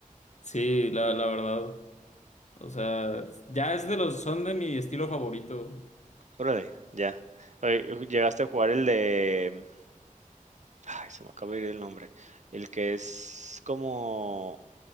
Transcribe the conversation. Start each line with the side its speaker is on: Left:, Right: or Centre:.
Left: Sí, la, la verdad. O sea, ya es de los, son de mi estilo favorito.
Right: Órale, ya. Oye, ¿llegaste a jugar el de? Ay, se me acaba de ir el nombre. El que es como